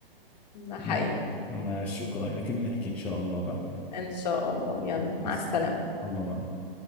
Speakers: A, on the left; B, in the centre.
A: ده حقيقي
B: ما ما شكرا لك بنحكي إن شاء الله بعدين
A: إن شاء الله يلا مع
B: مع السلامة
A: السلامة
B: الله معك